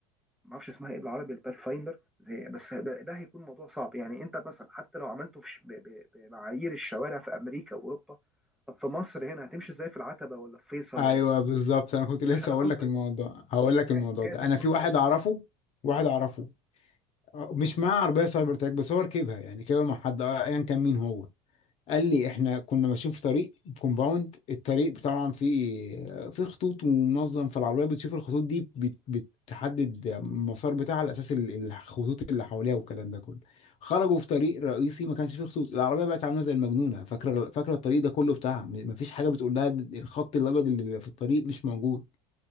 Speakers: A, in the centre; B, on the left.
A: ما اعرفش اسمها ايه بالعربي الباث فايندر زي بس ده ده هيكون موضوع صعب يعني انت مثلا حتى لو عملته في ش- ب- ب- بمعايير الشوارع في امريكا واوروبا طب في مصر هنا هتمشي ازاي في العتبه ولا في فيصل
B: ايوه
A: ولا
B: بالظبط انا كنت لسه
A: احنا
B: هقول
A: بنهزر
B: لك الموضوع
A: بقى
B: هقول لك الموضوع
A: كاتك
B: ده انا
A: مثلا
B: في واحد اعرفه واحد
A: اه
B: اعرفه مش معاه عربيه سايبر تراك بس هو ركبها يعني ركبها مع حد ايا كان مين هو قال لي احنا كنا ماشيين في طريق كومباوند الطريق طبعا في في خطوط ومنظم فالعربيه بتشوف الخطوط دي بت- بتحدد المسار بتاعها على اساس ال- الخطوط اللي حواليها والكلام ده كله خرجوا في طريق رئيسي ما كانش فيه خطوط العربيه بقت عامله زي المجنونه فاكره فاكره الطريق ده كله بتاعها م- مفيش حاجه بتقول لها الخط الابيض اللي بيبقى في الطريق مش موجود